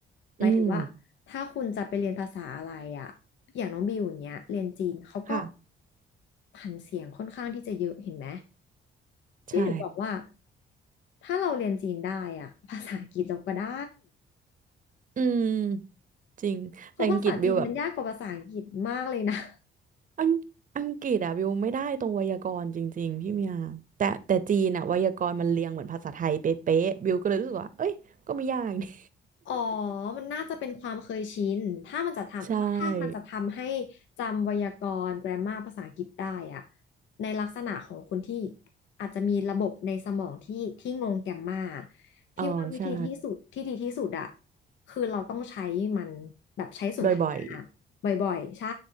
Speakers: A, on the left (about 70°); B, on the right (about 40°).
A: หมายถึงว่าถ้าคุณจะไปเรียนภาษาอะไรอ่ะอย่างน้องบิวอย่างเงี้ยเรียนจีนเขาก็
B: อืมค่ะ
A: ผันเสียงค่อนข้างที่จะเยอะเห็นไหมพี่ถึงบอกว่า
B: ใช่
A: ถ้าเราเรียนจีนได้อ่ะภาษาอังกฤษเราก็ได้
B: อืมจริงแต่อังกฤษบิวแบบ
A: เพราะภาษาจีนมันยากกว่าภาษาอังกฤษมากเลยนะ
B: อังอังกฤษอะวิวไม่ได้ตรงไวยากรณ์จริงๆพี่เมียแต่แต่จีนอะไวยากรณ์มันเรียงเหมือนภาษาไทยเป๊ะๆวิวก็เลยรู้สึกว่าเอ้ยก็ไม่ยาก <laughs> นี่
A: อ๋อ มันน่าจะเป็นความเคยชินถ้ามันจะทำถ้ามันจะทำให้
B: <laughs> ใช่
A: จำไวยากรณ์ grammar ภาษาอังกฤษได้อะในลักษณะของคนที่อาจจะมีระบบในสมองที่ที่งง a m m มาพี่ว่าวิธีที่สุดที่ดีที่สุดอะ
B: อ๋อใช่
A: คือเราต้องใช้มันแบบใช้สนทนา
B: บ่อย
A: บ่อยๆ ใช่